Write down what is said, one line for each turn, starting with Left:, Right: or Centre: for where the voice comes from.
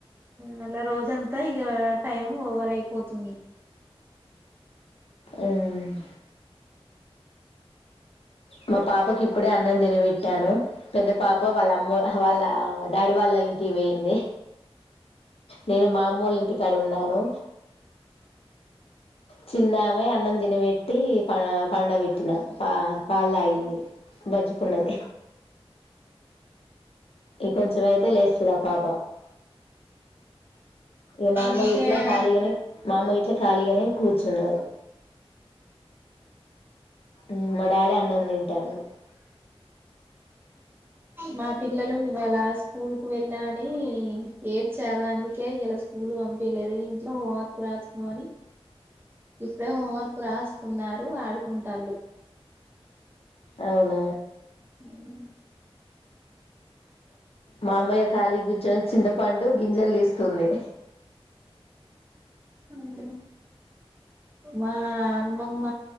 Right: మళ్ళ రోజంతా ఇక టైం ఓవర్ అయిపోతుంది
Left: ఉమ్ మా పాపకి ఇప్పుడే అన్నం తినబెట్టాను పెద్ద పాప వాళ్ళ అమ్మ వాళ్ళ డాడీ వాళ్ళ ఇంటికి వోయింది నేను మా అమ్మోళ్ల ఇంటికాడ ఉన్నాను చిన్నామె అన్నం తినబెట్టి ప పండ పెట్టిన పా అయింది బజ్జుకున్నది ఇంకొంచెం అయితే లేస్తది ఆ పాప ఇంగ మా అమ్మొల్లు
Right: ఇంకేమైనా
Left: ఇట్ల ఖాళీగానే మా అమ్మొల్లు ఇట్ల ఖాళీగానే కూర్చున్నారు ఉమ్ మా డాడీ అన్నం తింటాండు
Right: మా పిల్లలు ఇవాళ స్కూల్ కు వెళ్ళమని ఏడ్చారు అందుకే ఇయ్యాల స్కూల్ పంపిలేదు ఇంట్లో హోంవర్క్ రాసుకోమని ఇప్పుడే హోంవర్క్ రాసుకున్నారు ఆడుకుంటాళ్లు
Left: అవునా
Right: ఉహూ
Left: మా అమ్మయ్య ఖాళీగ కూర్చొని చింతపండు గింజలు తీస్తుంది
Right: ఉమ్ మా అమ్మమ్మ